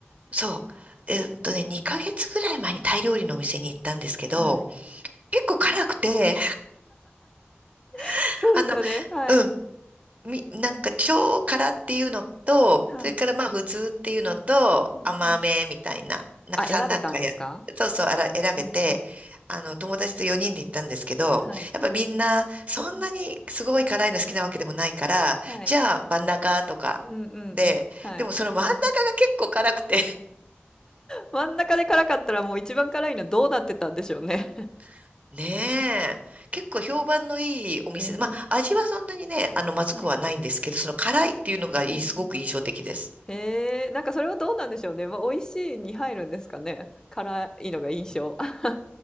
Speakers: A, on the right; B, on the left.
A: そう。えーっとね、2ヶ月ぐらい前にタイ料理のお店に行ったんですけど、
B: はい。
A: 結構辛くて、
B: <laughs>
A: <laughs>
B: そうですよね、
A: あの、
B: はい。
A: うん、み、なんか超辛っていうのと、
B: はい。
A: それからまあ普通っていうのと甘めみたいな、
B: うんうん。
A: なんか3段階や、
B: あ、選べたんですか？
A: そうそう、あら、選べて、
B: うんうん。
A: あの、友達と4人で行ったんですけど、
B: はい。
A: やっぱみんなそんなにすごい辛いの好きなわけでもないから、
B: はい。
A: じゃあ真ん中とかで、
B: うんうんうん。はい。
A: でもその真ん中が結構辛くて
B: 真ん中で辛かったらもう一番辛いのどうなってたんでしょうね。
A: <laughs> ねえ、結構評判のいいお店で、
B: へえ、
A: まあ味はそんなにね、あの、まずくはないんですけど、
B: はい。
A: その辛いっていうのがいいすごく印象的です。
B: うんうん。へえ、なんかそれはどうなんでしょうね。まあ、美味しいに入るんですかね。辛いのが印象。<laughs>